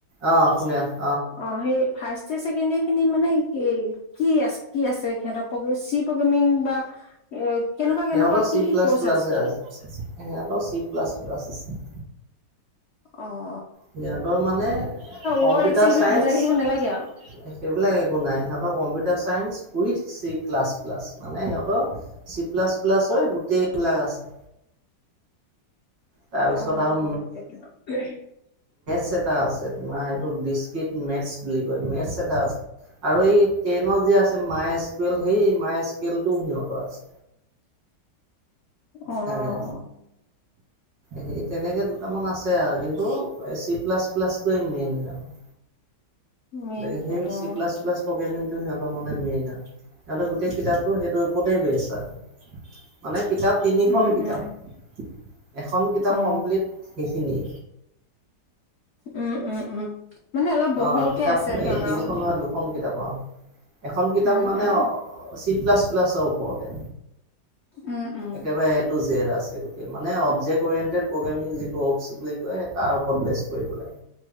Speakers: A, on the right; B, on the left.
A: অহ, শুনি আছোঁ।
B: অহ, সেই ফাৰ্ষ্ট ইয়াৰ, ছেকেণ্ড ইয়াৰ খিনি মানে কি আছে? কি আছে সিহঁতৰ চি প্ৰগ্ৰেমিং বা এ কেনেকুৱা
A: সিহঁতৰ
B: কেনেকুৱা
A: চি
B: কি কি
A: প্লাছ
B: কৰ্চ
A: -প্লাছে আছে সিহঁতৰ চি প্লাছ- প্লাছ আছে।
B: অহ
A: সিহঁতৰ মানে কম্পিউটাৰ
B: ৱৰ্ড এক্সেল এইবিলাক
A: চাইন্স,
B: বুজাই থাকিব নালাগে আৰু
A: সেইবিলাক একো নাই সিহঁতৰ কম্পিউটাৰ চাইস ৱিইথ চি প্লাছ - প্লাছ মানে সিহঁতৰ চি প্লাছ -প্লাছ হয় গোটেইবিলাক আছে। তাৰপিছত
B: অহ,
A: আৰু
B: সেইটো <unintelligible>
A: চেটা আছে তোমাৰ এইটো ডিচকিপ মেতচ বুলি কয় মেতছ এটা আছে। আৰু এই টেনত যে আছে মায় স্কুৱেল সেই মায় স্কেলটো সিহঁতৰ আছে।
B: অহ।
A: এ সেই তেনেকে দুটামান আছে আৰু কিন্তু, এ চি প্লাছ- প্লাছটোৱে মেইন সিহঁতৰ।
B: মেইন
A: গতিকে সেই
B: সিহঁতৰ।
A: চি প্লাছ প্লাছ প্ৰগ্ৰেমিংটো সিহঁতৰ মানে মেইন আও সিহঁতৰ গোটেই কিতাপটো সেইটোৰ ওপতেই বেছ আৰু। মানে কিতাপ তিনিখন
B: উম
A: কিতাপ
B: উম
A: এখন কিতাপ
B: অ
A: কমপ্লিট সেইখিনি
B: উম -উম -উম মানে অলপ বহলকে
A: অ' কিতাপ
B: আছে সিহঁতৰ।
A: এই তিনিখন নহয় দুখন কিতাপ এখন কিতাপ
B: উম
A: মানে
B: উম
A: চি প্লাছ -প্লাছৰ ওপৰতে
B: উম উম
A: একেবাৰে এটো জেদ আছে। গোটেই মানে অবজেক্ট অৰিয়েণ্টেড প্ৰগ্ৰেমিং যিটো অকচ বুলি কয় তাৰ ওপৰত বেচ কৰি পেলাই।